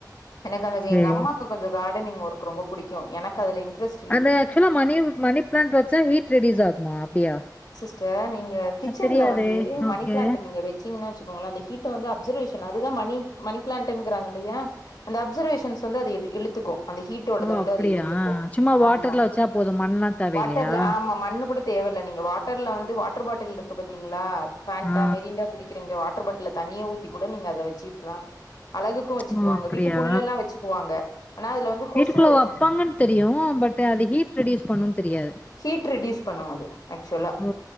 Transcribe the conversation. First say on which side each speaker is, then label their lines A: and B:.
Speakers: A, on the left; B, on the left.
A: எனக்கதுக்கு
B: சேரி
A: எங்கம்மாக்கு கொஞ்ச காடனிங் ஓர்க் ரொம்ப புடிக்கு எனக்கதுல இன்ட்ரஸ்
B: அந்த அக்சுவ்லா மணி மணி ப்ளான்ட் வச்சா ஹீட் ரெட்யுஸ் ஆகுமா அப்டியா
A: ச நீங்க கிச்சன்ல
B: எனக்கு தெரியாதே
A: வந்து மணி
B: ஓகே
A: பிளான்ட் நீங்க வெச்சீங்கன்னா வெச்சு ஒங்ள அந்த ஹீ்ட்ட வந்து அப்சர்வேஷன் ஆகுது மணி மணி பிளான்ட்ங்கிறாங்க இல்லையா அந்த அப்சர்வேஷன்ஸ் வந்து அதஅத் இழுத்துக்கோ அந்த ஹீட்
B: ஓ
A: த வந்து
B: அப்டியா
A: அது இழுத்துக்கு
B: சும்மா வாட்டர்ல
A: ஆமா
B: வச்சா போது மண்லா தேவயில்லையா
A: வாட்டர்ல ஆமா மண்ணு கூட தேவல்ல நீங்க வாட்டர்ல வந்து வாட்டர் பாட்டில் இருக்கு பாத்தீங்ளா ஃபன்ட்டா
B: ஆ
A: மிரிண்டா குடித்து கிருங்க வாட்டர் பாட்டில் தண்ணிய ஊத்தி கூட நீங்க அத வெச்சுட்லா அழகு கு வச்சுக்குவாங்க
B: ஓ அப்டியா
A: வீட்டுக்குள்ளலா வச்சுக்குவாங்க ஆனா அதுல வந்து கொஸ்
B: க்ளோ வப்பாங்கன் தெரியு பட் அது ஹீட் ரெடியூஸ் பண்ணுன் தெரியாது
A: ஹீட் ரெடியூஸ் பண்ணு அது ஆக்சுவ்லா
B: ஓ